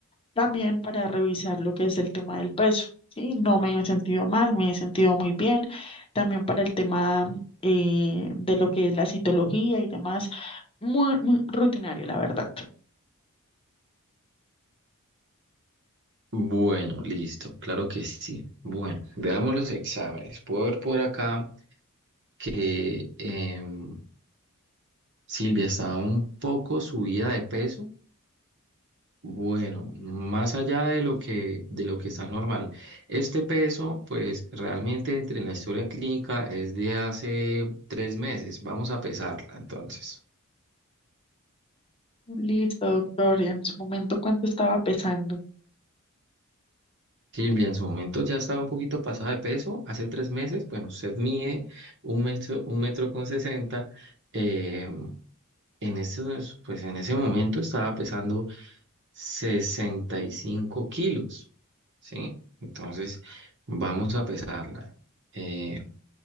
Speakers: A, on the left; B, on the right.
A: también para revisar lo que es el tema del peso. Sí, no me he sentido mal, me he sentido muy bien, también para el tema eh, de lo que es la citología y demás, muy, muy rutinario, la verdad.
B: Bueno, listo, claro que sí. Bueno, veamos los exámenes. Puedo ver por acá que em, Silvia estaba un poco subida de peso. Bueno, más allá de lo que, de lo que está normal, este peso, pues realmente entre en la historia clínica es de hace tres meses. Vamos a pesarla entonces.
A: Listo, doctor, y en su momento, ¿cuánto estaba pesando?
B: Silvia, en su momento ya estaba un poquito pasada de peso. Hace tres meses, bueno, usted mide un metro, un metro con sesenta. eh, en ese, pues en ese momento estaba pesando 65 kilos, ¿sí? Entonces, vamos a pesarla. eh,